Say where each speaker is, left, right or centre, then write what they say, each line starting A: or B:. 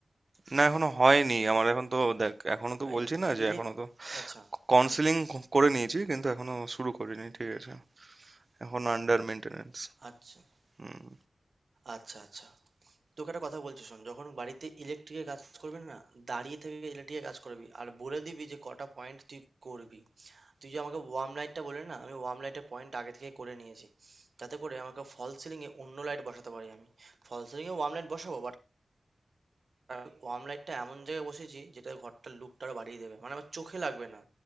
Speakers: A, on the right; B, on the right.
A: না এখনো হয়নি আমার এখন তো দেখ এখনো তো
B: ভাই
A: বলছি না যে
B: ইলেক
A: এখনো তো
B: আচ্ছা
A: কাউন্সিলিং
B: হুম
A: করে নিয়েছি কিন্তু এখনো শুরু করিনি ঠিক আছে এখন আন্ডার মেনটেনেন্স
B: আচ্ছা
A: হুম
B: আচ্ছা আচ্ছা তোকে একটা কথা বলছি শোন যখন বাড়িতে ইলেকট্রিকের কাজ করবি না দাঁড়িয়ে থেকে ইলেকট্রিকের কাজ করবি আর বলে দিবি যে কটা পয়েন্ট তুই করবি তুই যে আমাকে ওয়ার্ম লাইটটা বলে না আমি ওয়ার্ম লাইটের পয়েন্ট আগে থেকে করে নিয়েছি যাতে করে আমাকে ফল সিলিংয়ে অন্য লাইট বসাতে পারি আমি ফল সিলিংয়ে ওয়ার্ম লাইট বসাবো বাট আর ওয়ার্ম লাইটটা এমন জায়গায় বসিয়েছি যেটা ঘরটার লুকটা আরো বাড়িয়ে দেবে মানে আমার চোখে লাগবে না